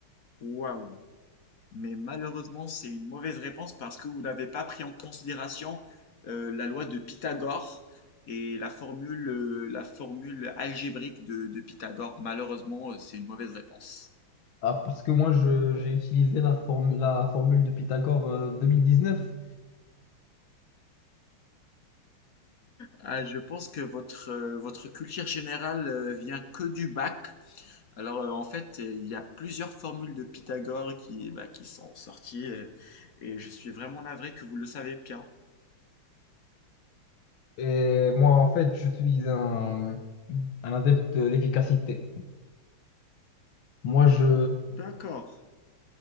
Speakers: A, on the left; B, on the left.
A: Waouh! Mais malheureusement, c'est une mauvaise réponse parce que vous n'avez pas pris en considération euh, la loi de Pythagore et la formule, euh, la formule algébrique de, de Pythagore. Malheureusement, euh, c'est une mauvaise réponse.
B: Ah, parce que moi, je, j'ai utilisé la, forme, la formule de Pythagore euh, neuf
A: Ah, je pense que votre, euh, votre culture générale euh, vient que du bac. Alors, euh, en fait, euh, il y a plusieurs formules de Pythagore qui, bah, qui sont sorties euh, et je suis vraiment navré que vous le savez bien.
B: Et moi, en fait, je suis un, un adepte de l'efficacité. Moi, je,
A: D'accord.